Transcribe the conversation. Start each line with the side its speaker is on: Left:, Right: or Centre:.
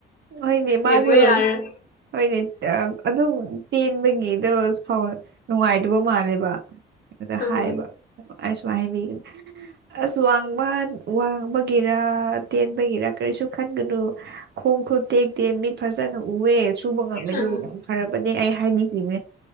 Right: ꯍꯣꯏꯅꯤ ꯃꯥꯁꯨ
Left: ꯌꯦꯡꯕ ꯌꯥꯔꯣꯏ
Right: ꯍꯣꯏꯅꯦ ꯑꯗꯨꯝ ꯄꯦꯟꯕꯒꯤꯗꯣ ꯁꯥꯎ ꯅꯨꯡꯉꯥꯏꯗꯕ ꯃꯥꯜꯂꯦꯕ ꯑꯗꯥ
Left: ꯎꯝ
Right: ꯍꯥꯏꯕ ꯑꯩꯅꯥ ꯁꯨꯃꯥꯏꯟ ꯍꯥꯏꯕꯤ ꯑꯁ ꯋꯥꯡꯃꯟ ꯋꯥꯡꯕ ꯒꯤꯔ ꯇꯦꯟꯕꯒꯤꯔ ꯀꯔꯤꯁꯨ ꯈꯟꯒꯅꯨ ꯈꯣꯡ ꯈꯨꯠ ꯇꯦꯛ ꯇꯦ ꯃꯤꯠ ꯐꯖꯅ ꯎꯋꯦ ꯁꯨꯕ ꯉꯝꯃꯦꯗꯨ
Left: ꯎꯝ
Right: ꯌꯥꯝ ꯐꯔꯕꯅꯦ ꯑꯩ ꯍꯥꯏꯕꯤꯈꯤꯅꯦ